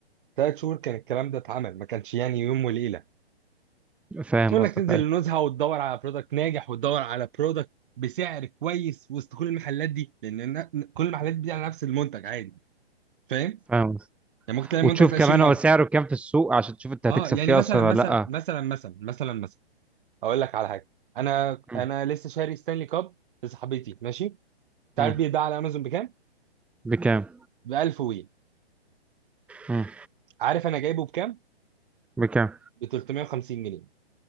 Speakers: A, on the right; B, in the centre.
A: ثلاث شهور كان الكلام ده اتعمل ما كانش يعني يوم وليله
B: فاهم
A: انك
B: قصدك
A: تنزل
B: ايوه
A: النزهه وتدور على برودكت ناجح وتدور على برودكت بسعر كويس وسط كل المحلات دي لان الن- كل المحلات دي على نفس المنتج عادي فاهم
B: فاهم
A: يعني ممكن تلاقي المنتج
B: وتشوف
A: ده
B: كمان
A: 20 مره
B: هو سعره كام في السوق عشان تشوف انت
A: اه
B: هتكسب
A: يعني
B: فيه
A: مثلا
B: اصلا
A: مثلا
B: ولا لا
A: مثلا مثلا مثلا مثلا اقول لك على حاجه انا
B: مم.
A: انا لسه شاري ستانلي كاب لصاحبتي ماشي تعرف
B: مم.
A: بيتباع على امازون بكام؟
B: بكام
A: ب 1000 وي
B: مم.
A: عارف انا جايبه بكام
B: بكام
A: ب 350 جنيه